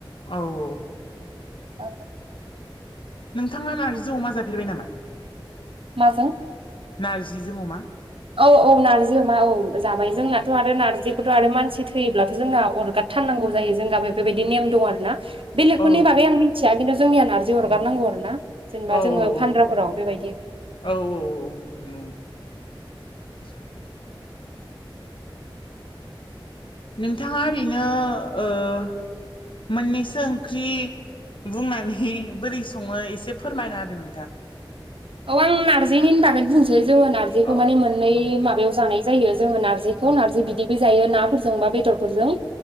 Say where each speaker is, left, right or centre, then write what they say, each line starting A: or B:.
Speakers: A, on the left; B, on the right.
A: औ औ
B: औ
A: नोंथाङा नारजि जों अमा जाफेरबाय नामा
B: माजों
A: नारजि जों अमा
B: औ औ नारजि अमा औ जाबाय
A: औ
B: जोंनाथ आरो नारजि थ आरो मानसि थैयोब्लाथ जोंना अरगार थारनांगौ जायो जों गामियाव बेबायदि नेम दं आरो ना बेलेगफोरनि
A: औ
B: बागै आं मिन्थिया खिन्थु जोंनिया नारजि
A: औ
B: अरगारनांगौ आरोना जेनेबा
A: औ
B: जोङो
A: औ
B: फानग्राफोराव बेबायदि
A: औ औ औ उम <unintelligible> नोंथाङा ओरैनो ओ‌‌ मोननैसो ओंख्रि बुंनानै बोरै सङो एसे फोरमायना होदो नोंथां
B: औ आं नारजि निनो बागैनो बुंनोसै जोङो नारजैखौ
A: अ औ
B: माने मोननै
A: दे
B: माबायाव जानाय जायो जोङो नारजैखौ
A: ओं
B: नारजै बिदैबो जायो नाफोरजों बा बेदरफोरजों